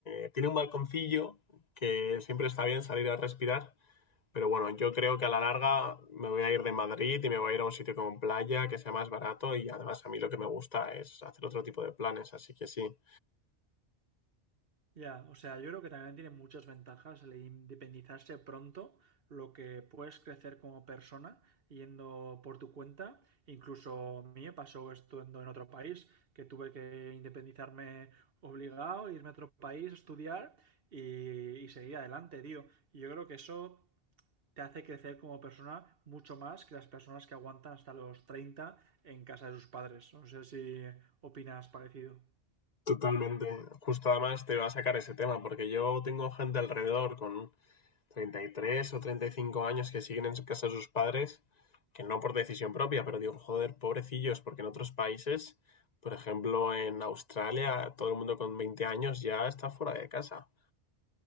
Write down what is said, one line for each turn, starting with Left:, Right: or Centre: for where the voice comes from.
Left: Eh, tiene un balconcillo que siempre está bien salir a respirar. Pero bueno, yo creo que a la larga me voy a ir de Madrid y me voy a ir a un sitio con playa que sea más barato y además a mí lo que me gusta es hacer otro tipo de planes, así que sí,
Right: Ya, o sea, yo creo que también tiene muchas ventajas el independizarse pronto, lo que puedes crecer como persona yendo por tu cuenta. Incluso a mí me pasó esto en en otro país, que tuve que independizarme obligado, irme a otro país, estudiar y, y seguir adelante, tío. Y yo creo que eso te hace crecer como persona mucho más que las personas que aguantan hasta los 30 en casa de sus padres. No sé si opinas parecido.
Left: totalmente. Justo además te va a sacar ese tema porque yo tengo gente alrededor con 33 o 35 años que siguen en casa de sus padres, que no por decisión propia, pero digo, joder, pobrecillos, porque en otros países, por ejemplo, en Australia, todo el mundo con 20 años ya está fuera de casa.